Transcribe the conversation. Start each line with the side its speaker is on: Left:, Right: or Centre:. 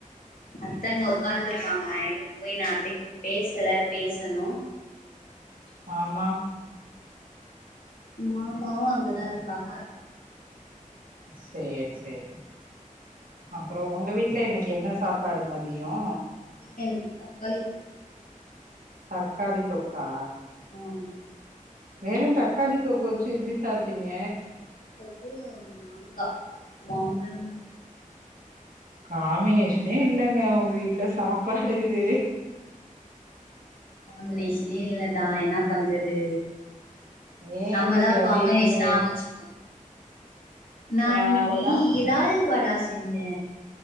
Left: அத்த அங்க உக்காந்துருக்காங்க <unintelligible> போயி அத்தக்கு பேசல பேசனு
Right: மாமா
Left: மாமாவு அங்கதா இருக்காங்க
Right: சேர் சேர் அப்றோ உங்க வீட்ல இன்னிக்கி என்ன சாப் பாடு மதியோ
Left: இன்னிக்கி தக்காளி தொக்கு
Right: தக்காளி தொக்கா
Left: ஆம்
Right: வெறு தக்காளி தொக்க வெச்சு எப்டி சாப்ட்டீங்க
Left: அது மாங்கா மாம்பழம்
Right: காம்பினேஷனே இல்லங்க உங்க வீட்ல சாப்பாடு இது
Left: காம்பினேஷனே இல்லதா என்னா பண்ற து
Right: ஏ
Left: நம்மதா
Right: இன்னைக்கு அப்டியே
Left: காம்பினேஷனா
Right: இதாயிடுச்சு
Left: அமச் நா
Right: பாருடா
Left: இன்னிக்கி இறால் வடாஸ் செஞ்ச